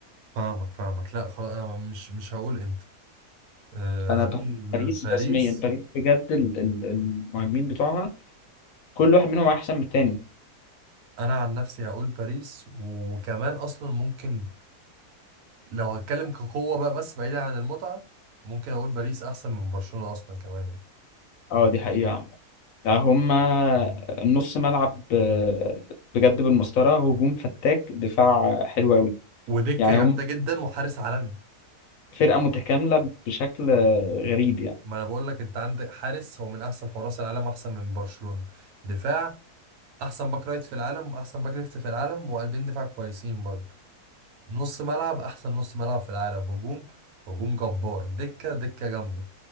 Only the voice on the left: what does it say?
انا
ب- باريس
رسميا باريس بجد ال- ال- المهاجمين بتوعها كل واحد منهم احسن من التاني
اه دي حقيقه عامه يعني هم نص ملعب آه، بجد بالمسطره هجوم فتاك دفاع حلو قوي
يعني
هم
فرقه متكامله بشكل آه، غريب يعني